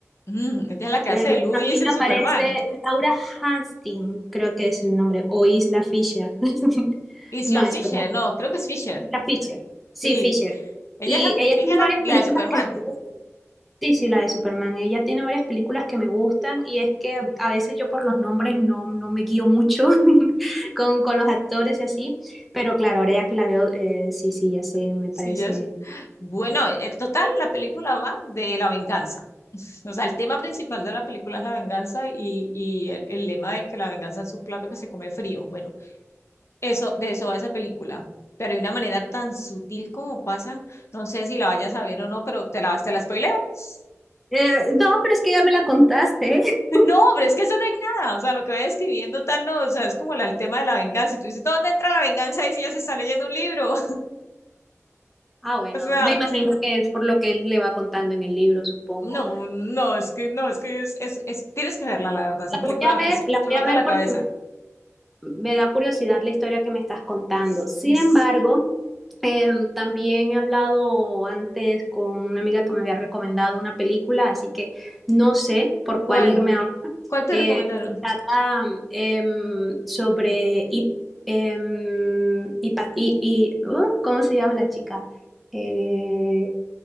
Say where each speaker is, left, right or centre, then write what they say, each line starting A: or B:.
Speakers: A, on the left; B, in the centre.
A: Mm, ella es la que
B: bueno,
A: hace de Luis
B: aquí
A: en
B: me aparece
A: Superman.
B: Laura Hastings, creo que es el nombre, o Isla Fisher. <laughs>
A: Isla
B: No, espera,
A: Fisher, no, creo que es Fisher.
B: Isla Fisher. Sí,
A: Sí,
B: Fisher.
A: ella
B: Y
A: es la,
B: ella
A: ella
B: tiene
A: es la,
B: varias películas
A: la de Superman.
B: que me gustan. Sí, sí, la de Superman. Ella tiene varias películas que me gustan y es que a veces yo por los nombres no, no me guío mucho <laughs> con, con los actores y así, pero claro, ahora ya que la veo, eh, sí, sí, ya sé, me
A: Sí,
B: parece.
A: ya es. Bueno, en total, la película va de la venganza. O sea, el tema principal de la película es la venganza y, y el, el lema de que la venganza es un plato que se come frío. Bueno, eso, de eso va esa película. Pero de una manera tan sutil como pasan, no sé si la vayas a ver o no, pero te la, te la spoileo. <laughs>
B: Eh, no, pero es que ya me la contaste. <laughs>
A: No, hombre, es que eso no es nada. O sea, lo que va describiendo tal, no, o sea, es como la- el tema de la venganza. Y tú dices, ¿dónde entra la venganza? Y si ya se está leyendo un libro.
B: Ah, bueno,
A: O sea,
B: me imagino
A: sí,
B: que es por lo que él le va contando en el libro, supongo.
A: no, no, es que no, es que es, es, es- tienes que verla, la verdad, esa
B: La
A: película
B: voy a
A: me explota
B: ver, la voy a ver
A: la
B: porque
A: cabeza.
B: me da curiosidad la historia que me estás contando.
A: Sí,
B: Sin
A: es-
B: embargo, Eh, también he hablado antes con una amiga que me había recomendado una película, así que no sé por cuál
A: ¿Cuál?
B: irme, aunque
A: ¿Cuál te recomendaron?
B: se trata em, sobre... Hip- em, hipa- y, y- uh, ¿cómo se llama la chica? Eh,